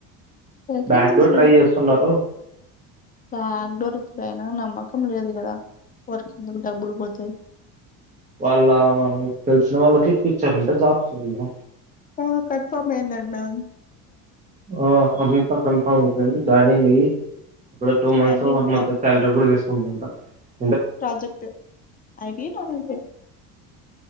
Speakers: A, on the left; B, on the right.
A: వేకెన్సీస్
B: బ్యాక్ డోర్ ట్రై చేస్తున్నారు
A: బ్యాక్ డోర్ పైన నమ్మకం లేదు కదా వర్కింగ్ కు డబ్బులు పోతాయి
B: వాళ్ళ తెలిసిన వాళ్ళకి ఇప్పిచ్చారంట జాబ్స్ వాళ్ళు
A: ఆ కన్ఫామ్ అయ్యిందంటనా
B: ఆ అవి ఇంకా కన్ఫామ్ అయిపోయింది జాయినింగ్ అయ్యి ఇప్పుడు టూ
A: శాలరీ
B: మంత్స్ వన్
A: అంతా
B: మంత్ సాలరీ కూడ తీసుకుంటా <unintelligible>
A: ప్రాజెక్ట్ <unintelligible>